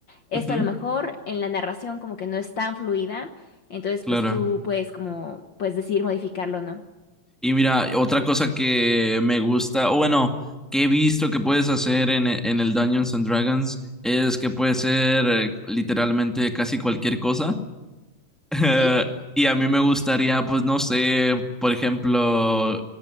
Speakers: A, on the left; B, in the centre.
A: esto
B: Ujú,
A: a lo mejor en la narración como que no es tan fluida, entonces
B: claro.
A: pues tú puedes como, pues decidir modificarlo, ¿no?
B: Y mira, otra cosa que me gusta, o bueno, que he visto que puedes hacer en, e- en el Dungeons and Dragons es que puede ser eh, literalmente casi cualquier cosa. <laughs>
A: ¿Sí?
B: Y a mí me gustaría, pues no sé, por ejemplo,